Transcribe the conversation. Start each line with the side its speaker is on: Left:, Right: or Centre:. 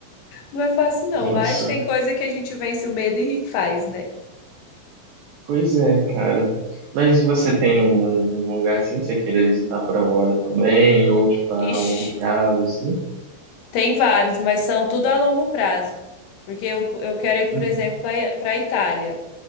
Left: não é fácil não,
Right: tenso.
Left: mas tem coisa que a gente vence o medo e faz, né?
Right: Pois é, cara. Mas você tem algum, algum lugar assim que você queira visitar por agora também? Ou, tipo, a
Left: Ixi,
Right: longo prazo, assim?
Left: tem vários, mas são tudo a longo prazo. Porque eu, eu quero ir, por
Right: Uhum.
Left: exemplo, para a Itália.